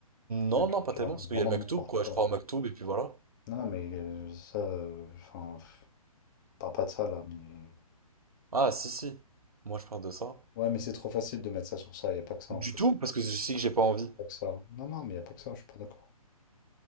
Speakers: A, on the left; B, on the right.
A: tu,
B: Non,
A: tu-
B: non, pas
A: tu
B: tellement,
A: racontes
B: parce qu'il
A: vraiment
B: y a le Maktoub,
A: n'importe
B: quoi.
A: quoi
B: Je crois
A: en fait.
B: au Maktoub, et puis voilà.
A: Non, non, mais euh, ça, euh, enfin, pff, parle pas de ça là, mais...
B: Ah, si, si. Moi, je parle de ça.
A: Ouais, mais c'est trop facile de mettre ça sur ça, y a pas que ça
B: Du
A: en fait.
B: tout, parce que je sais que j'ai pas envie.
A: Pas que ça. Non, non, mais y a pas que ça, je suis pas d'accord.